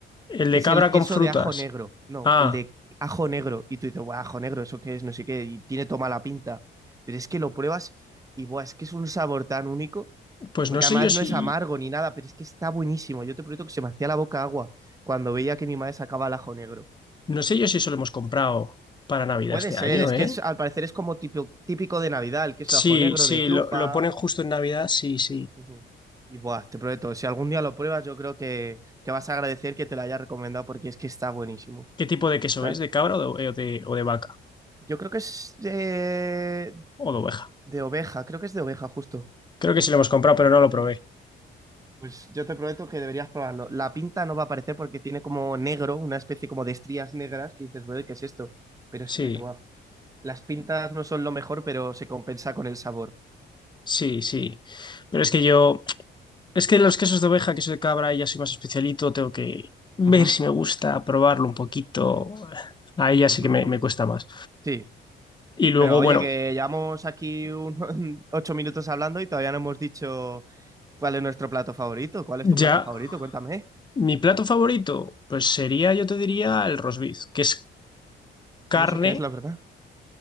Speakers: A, on the left; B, on the right.
A: El
B: que
A: de
B: es
A: cabra
B: el queso
A: con frutas.
B: de ajo negro. No,
A: Ah,
B: el de ajo negro. Y tú dices, "Buah, ajo negro, ¿eso qué es? No sé qué. Y tiene toda mala pinta. Pero es que lo pruebas y, buah, es que es un sabor tan único.
A: pues
B: Porque
A: no sé
B: además
A: yo si.
B: no es amargo ni nada, pero es que está buenísimo. Yo te prometo que se me hacía la boca agua cuando veía que mi madre sacaba el ajo negro.
A: No sé yo si eso lo hemos comprado para Navidad
B: Puede
A: este
B: ser,
A: año,
B: es
A: ¿eh?
B: que es, al parecer es como típico, típico de Navidad, el queso
A: Sí,
B: de ajo negro,
A: sí,
B: de trufa.
A: lo, lo ponen justo en Navidad, sí, sí.
B: Ujú. Y buah, te prometo, si algún día lo pruebas, yo creo que, que vas a agradecer que te lo haya recomendado porque es que está buenísimo,
A: ¿Qué tipo de queso
B: ¿sabes?
A: es? ¿De cabra o de, o de, o de vaca?
B: Yo creo que es de,
A: ¿O de oveja?
B: de oveja, creo que es de oveja justo.
A: Creo que sí lo hemos comprado, pero no lo probé.
B: Ujú. Pues yo te prometo que deberías probarlo. La pinta no va a aparecer porque tiene como negro, una especie como de estrías negras que dices, bueno, ¿qué es esto? Pero
A: Sí,
B: es que, guau, las pintas no son lo mejor, pero se compensa con el sabor.
A: sí, sí. Pero es que yo, es que los quesos de oveja, queso de cabra, ya soy más especialito, tengo que ver
B: Ujú,
A: si me gusta, probarlo un poquito. Ahí ya
B: ujú.
A: sí que me, me cuesta más.
B: Sí,
A: Y luego,
B: pero oye,
A: bueno,
B: que llevamos aquí un- <laughs> ocho minutos hablando y todavía no hemos dicho cuál es nuestro plato favorito. ¿Cuál es tu
A: ya,
B: plato favorito? Cuéntame.
A: mi plato favorito, pues sería, yo te diría, el roast beef, que es carne.
B: No sé qué es, la verdad.